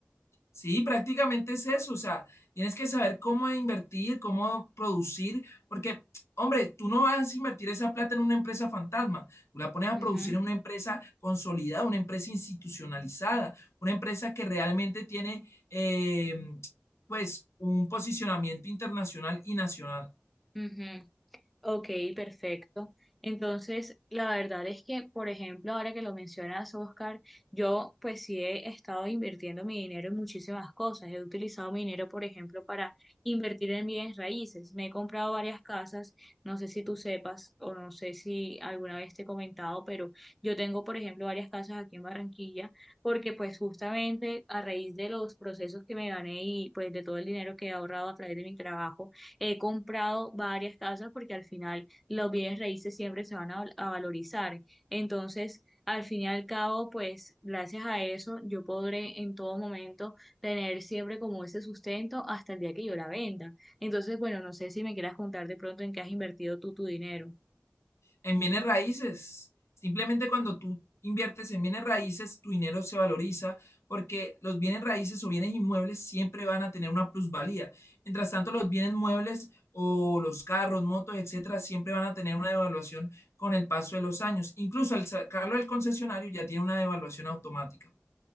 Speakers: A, on the left; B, in the centre.
A: Sí, prácticamente es eso, o sea, tienes que saber cómo invertir, cómo producir, porque, hombre, tú no vas a invertir esa plata en una empresa fantasma, tú la pones a
B: Ujú,
A: producir en una empresa consolidada, una empresa institucionalizada, una empresa que realmente tiene, eh, pues, un posicionamiento internacional y nacional.
B: ujú. Ok, perfecto. Entonces, la verdad es que, por ejemplo, ahora que lo mencionas, Oscar, yo pues sí he estado invirtiendo mi dinero en muchísimas cosas. He utilizado mi dinero, por ejemplo, para invertir en bienes raíces. Me he comprado varias casas, no sé si tú sepas o no sé si alguna vez te he comentado, pero yo tengo, por ejemplo, varias casas aquí en Barranquilla, porque pues justamente a raíz de los procesos que me gané y pues de todo el dinero que he ahorrado a través de mi trabajo, he comprado varias casas porque al final los bienes raíces siempre se van a, val- a valorizar. Entonces, al fin y al cabo, pues gracias a eso yo podré en todo momento tener siempre como ese sustento hasta el día que yo la venda. Entonces, bueno, no sé si me quieras contar de pronto en qué has invertido tú tu dinero.
A: en bienes raíces. Simplemente cuando tú inviertes en bienes raíces, tu dinero se valoriza porque los bienes raíces o bienes inmuebles siempre van a tener una plusvalía. Mientras tanto, los bienes muebles o los carros, motos, etcétera, siempre van a tener una devaluación con el paso de los años. Incluso al sacarlo del concesionario ya tiene una devaluación automática.